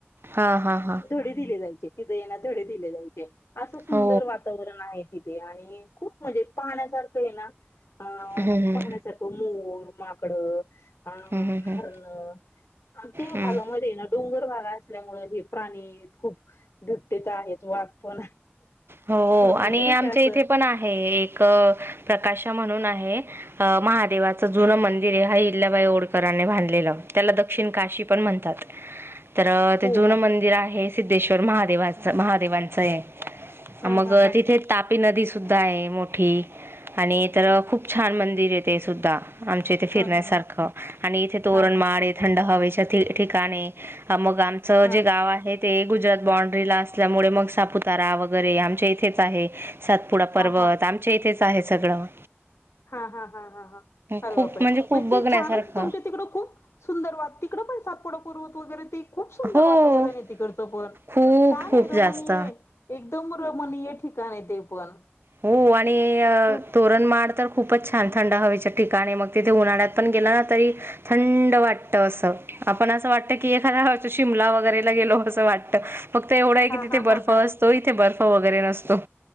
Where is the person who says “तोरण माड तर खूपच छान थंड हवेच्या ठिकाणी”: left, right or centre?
Right